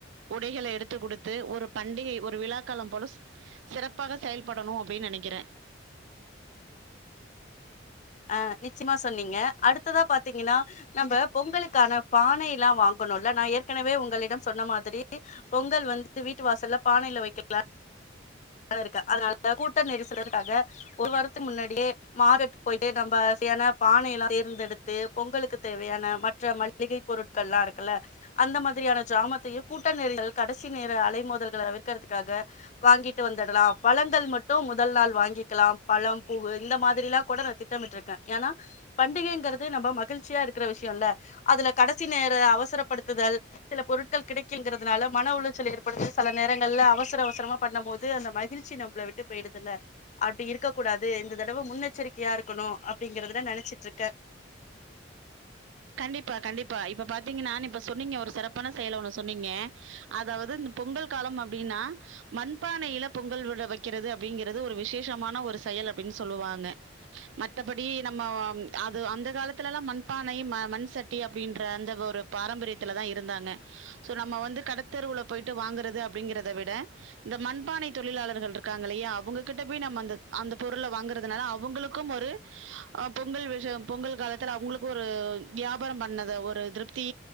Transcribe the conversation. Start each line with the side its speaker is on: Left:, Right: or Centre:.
Right: உடைகள எடுத்து குடுத்து ஒரு பண்டிகை ஒரு விழாக்காலம் போல சிறப்பாக செயல்படணு அப்டின்னு நெனைக்கிறேன்
Left: ஆ நிச்சயமா சொன்னீங்க அடுத்ததா பாத்தீங்கன்னா நம்ம பொங்களுக்கான பானை எல்லா வாங்கணும்ல நான் ஏற்கனவே உங்களிடம் சொன்ன மாதிரி பொங்கல் வந்து வீட்டு வாசல பானையில் வைக்க ரதா இருக்க அதனால கூட்ட நெரிசல்றதுக்காக ஒரு வாரத்துக்கு முன்னாடியே மாறட்டு போயிட்டு நம்மசையான பானை எல்லா தேர்ந்தெடுத்து பொங்கலு தேவையான மற்ற மளிகை பொருட்கள் எல்லா இருக்குல்ல அந்த மாதிரியான ஜமானத்தையும் கூட்ட நேர கடைசி நேர அலைமோதல்களை தவிர்க்கிறதுக்காக வாங்கிட்டு வந்துடலா பழங்கள் மட்டும் முதல் நாள் வாங்கிக்கலா பழம் பூவு இந்த மாதிரிலா கூட நா திட்டமிட்டிரு க்கேன் ஏன்னா பண்டிகைங்கிறது நம்ம மகிழ்ச்சியா இருக்கிற விஷயம் இல்ல அதுல கடைசி நேர அவசரப்படுத்துதல் சில பொருட்கள் கிடைக்குங்கிறதுனால மன உளைச்சல் ஏற்படுது சில நேரங்களல அவசர அவசரமா பண்ணும் போது த்து அந்த மகிழ்ச்சி நம்மள விட்டு போய்டுதல்ல அப்டி இருக்க கூடாது இந்த தடவு முன்னெச்சரிக்கையா இருக்கணு அப்டிங்கறதான் நெனைச்சிட்டு இருக்கேன்
Right: கண்டிப்பா கண்டிப்பா இப்ப பாத்தீங்கன்னா இப்ப சொன்னீங்க ஒரு சிறப்பான செயலை ஒண்ணு சொன்னீங்க அதாவது இந்த பொங்கல் காலம் அப்டின்னா மண்பானையில பொங்கல் விட வைக்கிறது அப்படிங்கறது ஒரு விசேஷமான ஒரு செயல் அப்டின்னு சொல்லுவாங்க மத்தபடி நம்ம அது அந்த காலத்துலயெல்லா மண்பா னை மண் சட்டி அப்டின்ற அந்த ஒரு பாரம்பரியத்துல தான் இருந்தாங்க சோ நம்ம வந்து கடத்தருவுல போயிட்டு வாங்குறது அப்டிங்கறத விட இந்த மண்பானை தொழிலாளர்கள் இருக்காங்க இல்லையா அவங்ககிட்ட போய் நம்ம அந்த அந்த பொருள் வாங்கறதுனால அவங்களுக்கும் ஒரு ஆ பொங்கல் விஷயம் பொங்கல் காலத்துல அவங்களுக்கு ஒரு வியாபாரம் பண்ணத ஒரு திருப்தி